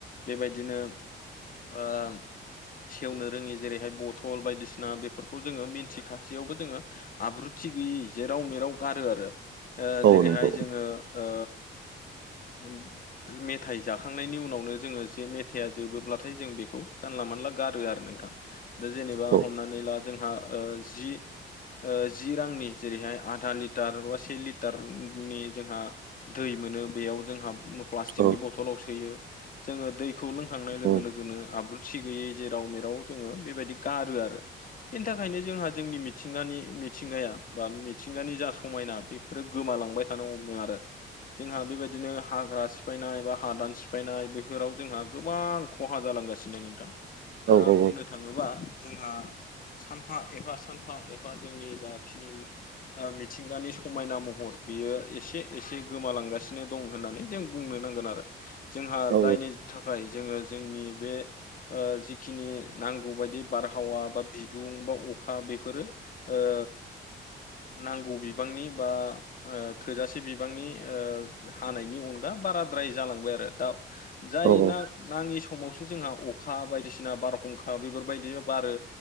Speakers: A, on the left (about 45°); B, on the right (about 65°).
A: बेबायदिनो ओ सेवनो रोङि जेरैहाय बथल बायदिसिना बेफोरखौ जोङो मि बेयावबो जोङो आब्रुथि गैयै जेराव मेराव गारो आरो ओ
B: औ
A: जेरैहाय
B: नंगौ
A: जोङो ओ उम मेथाइ जाखांनायनि उनावनो जोङो जे मेथाइआ जोबोब्लाथाय जों बेखौ जानला मोनला गारो आरो नोंथां। दा जेनेबा
B: औ
A: हमनानै ला जोंहा ओ जि ओ जि रांनि जेरैहाय आधा लिटार बा से लिटारनि जोंहा दै मोनो बेयाव जोंहा प्लास्टिकनि
B: औ
A: बथलाव सोयो जोङो दैखौ लोंखांनाय लोगो
B: औ औ
A: लोगोनो आब्रु थि गैयै जेराव मेराव जोङो बेबायदि गारो आरो बेनि थाखायनो जोंहा जोंनि मिथिंगानि मिथिंगाया बा मिथिंगानि जा समायना बेफोरो गोमालांबाय थानो हमदों आरो। जोंहा बेबायदिनो हाग्रा सि फायनाय बा हादान सिफायनाय बेफोराव जोंहा गोबां खहा जालांगासिनो नोंथां। दा
B: औ औ
A: बुंनो थाङोबा जोंहा सानफा एफा सानफा एफा जोंनि जाखिनि मिथिंगानि समायना महर बियो एसे एसे गोमालांगासिनो दं होननानै जों बुंनो नांगोन आरो जोंहा
B: औ
A: जायनि थाखाय जोङो जोंनि बे ओ जिखिनि नांगौ बायदि बारहावा बा बिदुं बा अखा बे फोरो ओ नांगौ बिबांनि बा ओ थोजासे बिबांनि ओ हानायनि अनगा बाराद्राय जालांबाय आरो दा
B: औ
A: जायना नाङि समावसो जोंहा अखा बायदिसिना बारहुंखा बेफोरबायदि बारो।